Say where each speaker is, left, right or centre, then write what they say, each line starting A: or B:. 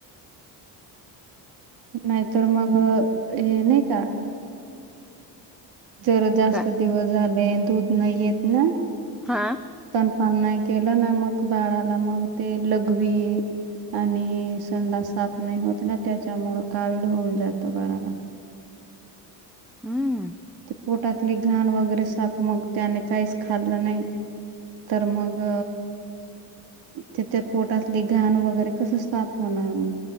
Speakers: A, on the right; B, in the centre.
A: नाहीतर मग हे नाही का? जर जास्त
B: का?
A: दिवस झाले दूध नाही येत ना.
B: हा.
A: पण नाही केलं ना मग बाळाला मग ते लघवी. आणि संडा साफ नाही होत ना त्याच्यामुळे कावीळ होऊन जातं बाराला.
B: हम्म.
A: ते कोटातले घाण वगैरे साफ मग त्याने काहीच खाल्लं नाही तर मग त्यािथ पोटातले घाण वगैरे कसं साफ होणार मग